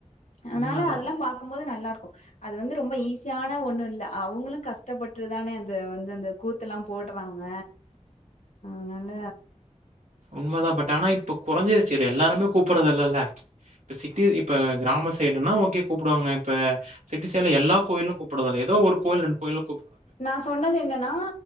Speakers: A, on the left (about 70°); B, on the right (about 80°).
A: அதனால
B: உண்மதான்.
A: அதல்லா பாக்கும்போது நல்லாருக்கு அது வந்து ரொம்ப ஈஸியான ஒண்ணு இல்ல அவங்களு கஷ்டப்பட்டுதானே அத வந்து அந்த கூத்தெல்லா போடறாங்க அதனால
B: உண்மதா பட் ஆனா இப்போ கெறஞ்சிருச்சு ரே எல்லாருமே கூப்புறதுல்லல்ல இப்ப சிட்டி இப்ப கிராம சைடுன்னா ஓகே கூப்புடுவாங்க இப்ப சிட்டி சைட்ல எல்லா கோயிலும் கூப்புடதல்ல ஏதோ ஒரு கோயில் ரெண்ட் கோயிலு
A: நா சொன்னது என்னன்னா